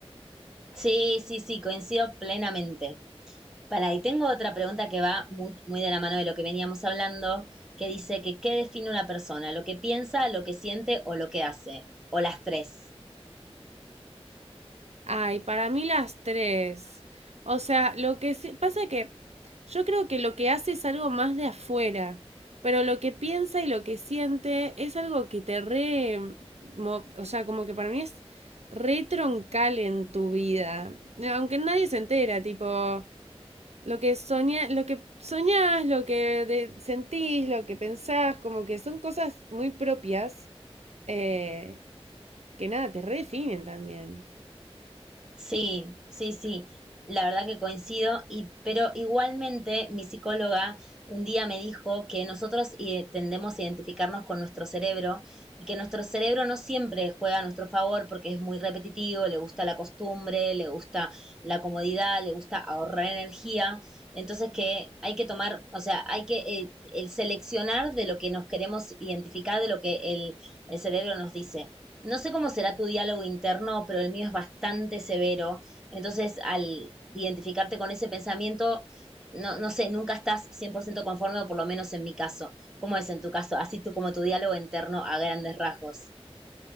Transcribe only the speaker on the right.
Ay, para mí las tres. O sea, lo que se- pasa que yo creo que lo que hace es algo más de afuera, pero lo que piensa y lo que siente es algo que te re... mo- O sea, como que para mí es re troncal en tu vida. No, Aunque nadie se entera, tipo, lo que soña, lo que soñás, lo que de- sentís, lo que pensás, como que son cosas muy propias eh, que nada, te redefinen también.